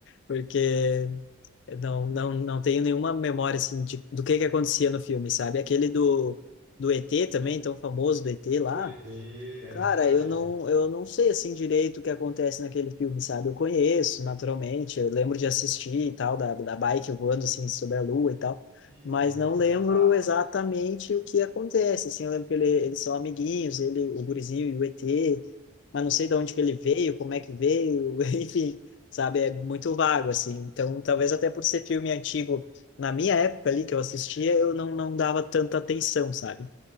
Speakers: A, on the left (about 60°); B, on the right (about 50°).
A: porque eu não, não, não tenho nenhuma memória assim de, do que que acontecia no filme, sabe? Aquele do, do ET também, tão famoso do ET lá.
B: do ET, é
A: Cara,
B: verdade.
A: eu não, eu não sei assim direito o que acontece naquele filme, sabe? Eu conheço, naturalmente, eu lembro de assistir e tal, da, da bike voando assim sobre a lua e tal, mas
B: E aquela
A: não
B: cena
A: lembro
B: clássica,
A: exatamente
B: né?
A: o que acontece, assim, eu lembro que ele, eles são amiguinhos, ele, o gurizinho e o ET, mas não sei
B: Sim,
A: de onde que ele veio, como é que veio, <laughs> enfim, sabe? É muito vago, assim, então talvez até por ser filme antigo, na minha época ali que eu assistia, eu não, não dava tanta atenção, sabe?